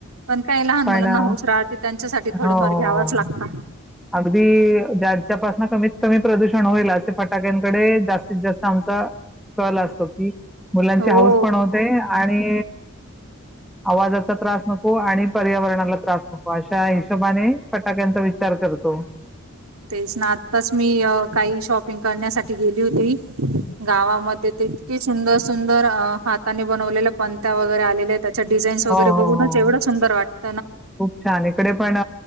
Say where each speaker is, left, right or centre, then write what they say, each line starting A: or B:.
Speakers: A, on the right; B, in the centre.
A: पण काही लहान
B: पण
A: मुलांना
B: अ,
A: हुश राहते. त्यांच्यासाठी थोडेफार
B: हो, हो.
A: घ्यावाच लागत.
B: अगदी ज्याच्यापासून कमीत कमी प्रदूषण होईल असे फटाक्यांकडे जास्तीत जास्त आमचा कलं असतो. की, मुलांचे
A: हो
B: हाऊस पण होते आणि
A: ह
B: आवाजाचा त्रास नको. आणि पर्यावरणाला त्रास नको. अशा हिशोबाने फटाक्यांचा विच चार करतो.
A: तेच ना, आताच मी काही शॉपिंग करण्यासाठी गेली होती. गावामध्ये इतककी सुंदर सुंदर हातानी बनवलेल्या पंत्या वगैरे आलेल्या त्या डिाईन् वगैरे
B: हो, हो,
A: बघूनच
B: हो.
A: एवढं सुंदर वाटं
B: खूप छान इकडे पण